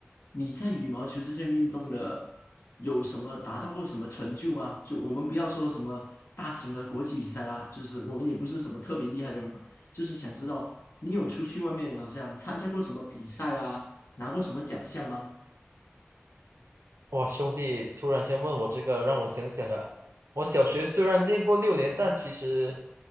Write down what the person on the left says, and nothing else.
你在羽毛球这项运动的有什么达到过什么成就吗？就我们不要说什么大型的国际比赛啦，就是我们也不是什么特别厉害的人嘛，就是想知道你有出去外面好像参加过什么比赛啊，拿过什么奖项吗？